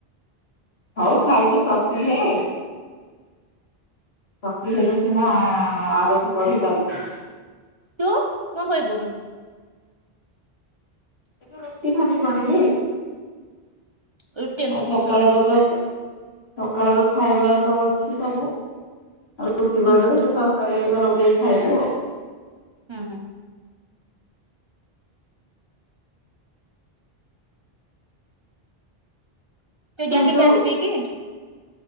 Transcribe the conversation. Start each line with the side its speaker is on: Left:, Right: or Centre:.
Left: ହଉ ଖାଇକି ଶକ୍ତି ହେ ଶକ୍ତି ହେଲେ ସିନା
Right: ହୁଁ।
Left: ଆଗକୁ ବଢି ପାରିବୁ।
Right: ତୁ କଣ ଖାଇବୁ।
Left: ଏବେ ରୁଟି ଖାଲିି କରିବି
Right: ରୁଟି ହୁଁ
Left: ଆଉ ସକାଳରୁ ତ ସକାଳ ର ଖାଇବାର ତ ଅଛି ସବୁ ଆଉ ରୁଟି
Right: ହୁଁ
Left: କରିଦେଲେ
Right: ହୁଁ
Left: ସେ ତାର କଣ ଏଇନା ଲଗେଇକି ଖାଇବୁ ଆଉ
Right: ହୁଁ ହୁଁ। ତୋ
Left: ତୁ
Right: ଯାଆ କେବେ
Left: ଯୋଉ
Right: ଆସିବେ କି।